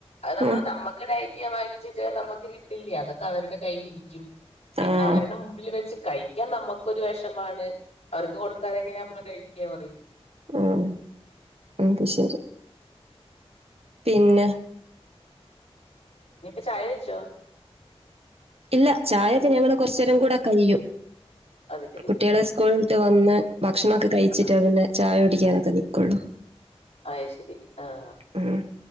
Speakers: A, on the left; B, on the right.
A: അത് നമ്മള്
B: ആഹ്
A: നമ്മക്ക് ഡയറ്റ് ചെയ്യാൻ വാങ്ങിച്ച് വച്ചാൽ നമുക്ക് കിട്ടില്ല അതൊക്കെ അവരുടെ കയ്യിലിരിക്കും പിന്നെ
B: ആഹ്
A: അവരുടെ മുമ്പിൽ വെച്ച് കഴിക്കാൻ നമ്മുക്കൊര് വെഷമാണ്, അവർക്ക് കൊടുക്കാതെ എങ്ങനെ <unintelligible> പറിം
B: ആഹ് അത് ശെരി പിന്നെ
A: ഇനിപ്പ ചായാച്ചോ
B: ഇല്ല ചായാച്ചാൻ ഞങ്ങള് കൊറച്ചേരം കൂടെ കഴിയും
A: അത് ശരി
B: കുട്ട്യേള്സ് സ്കൂൾട്ട് വന്ന് ഭക്ഷണൊക്കെ കഴിച്ചിട്ടാണ്
A: ആ
B: പിന്നെ ചായ കുടിക്കാനൊക്കെ നിക്കൊള്ളു
A: അത് ശെരി ആഹ്
B: ഹ്മ്മ്,